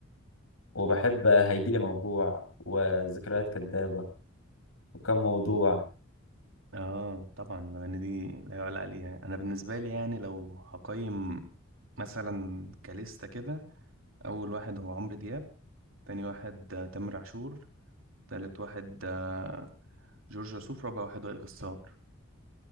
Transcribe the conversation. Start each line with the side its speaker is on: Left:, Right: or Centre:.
Left: وبحب هيجيلي موجوع وذكريات كدابة وكم موضوع
Right: اه طبعا الاغاني دي لا يعلى عليها انا بالنسبه لي يعني لو هقيم مثلا كليستا كده اول واحد هو عمرو دياب تاني واحد آه، تامر عاشور تالت واحد آه، جورج وسوف رابع واحد وائل جسار